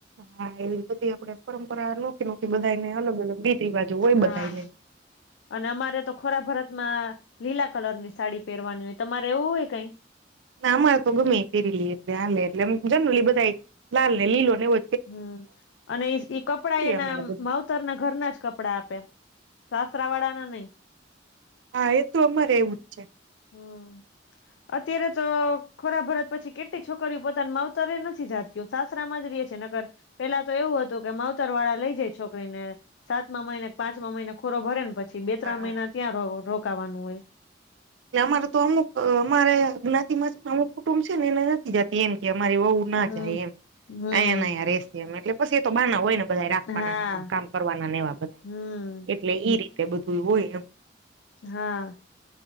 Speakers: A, on the right; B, on the left.
A: હા, એવી બધી આપડે પરંપરા નોખી નોખી બધાને અલગ અલગ રીત રિવાજો હોય
B: હા.
A: બધાઈને
B: અને અમારે તો ખોરા ભરતમાં લીલા કલર ની સાડી પહેરવાની હોય, તમારે એવું હોય કઈ?
A: ના અમારે તો ગમે પેરીલી એટલે હાલે, એટલે એમ જનરલી બધા લાલ ને લીલો ને વ
B: હમ્મ અને ઈ કપડા એના
A: અમારે બધું
B: માઉ તર ના ઘરના જ કપડા આપે, સાસરા વાળા ના નઈ.
A: હા, એતો અમારે એવું જ છે.
B: હમ્મ. અત્યારે તો ખોરા ભરત પછી કેટલી છોકરીઓ પોતાની માવતરે નથી જાતી. સાસરામાં જ રહી છે નકર પેલા તો એવું હતું કે માવતર વાળા લઈ જાય છોકરીને. સાતમા મહિને કે પાંચમા મહિને ખોરો ભરે ને પછી બે
A: હા
B: ત્રણ મહિના ત્યાં રોકાવાનું હોય.
A: એ અમારે તો અમુક અમારે જ્ઞાતિમાં છેને અમુક કુટુંબ છે ને એને નથી જતી એમ કે અમારી વહુ
B: હમ
A: ના જાય એમ,
B: હમ
A: આયા ને આયા રે એટલે પછી તો બાના હોય ને બધા રાખવાના
B: હા
A: એ કામ કરવાના નેવા બધા
B: હમ
A: એટલે ઈ રીતે બધું હોય એમ
B: હા.